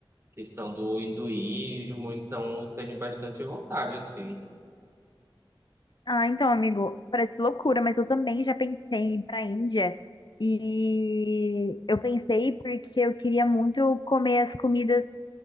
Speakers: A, on the right (about 30°); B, on the left (about 60°).
A: questão do hinduísmo, então eu tenho bastante vontade, assim.
B: Ah, então, amigo, parece loucura, mas eu também já pensei em ir pra Índia. E eu pensei porque eu queria muito comer as comidas